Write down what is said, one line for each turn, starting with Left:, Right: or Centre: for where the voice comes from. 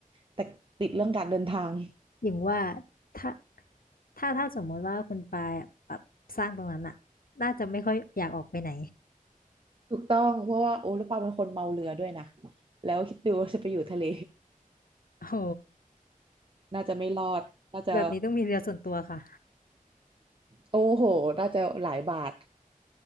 Right: แต่ติดเรื่องการเดินทาง
Left: อย่างว่าถ้าถ้าถ้าสมมติว่าคุณปายอะแบบสร้างตรงนั้นอะน่าจะไม่ค่อยอยากออกไปไหน
Right: ถูกต้องเพราะว่าโอ้แล้วปาเป็นคนเมาเรือด้วยนะแล้วคิดดูว่าจะไปอยู่ทะเล
Left: โอ้โห
Right: <laughs> น่าจะไม่รอดน่าจะ
Left: แบบนี้ต้องมีเรือส่วนตัวค่ะ
Right: โอ้โหน่าจะหลายบาท